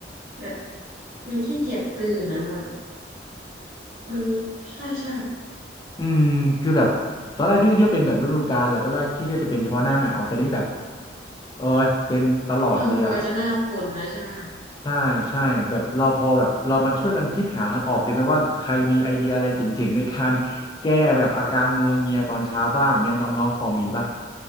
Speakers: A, on the right; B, on the left.
A: แบบมันขี้เกียจตื่นนะแบบมันใช่ใช่
B: อืมคือแบบตอนแรกพี่ก็คิดว่าเป็นแบบฤดูกาลแหละตอนแรกพี่ก็จะเป็นเฉพาะหน้าหนาวแต่นี่แบบเออเป็นตลอดเลยอ่ะ
A: เออมันก็จะหน้าฝนแล้วใช่ไหมคะ
B: ใช่ใช่แบบเราพอแบบเรามาช่วยกันคิดหาทางออกดีไหมว่าใครมีไอเดียอะไรเจ๋งๆในการแก้แบบอาการงัวเงียตอนเช้าบ้างเงี้ยน้องน้องพอมีปะ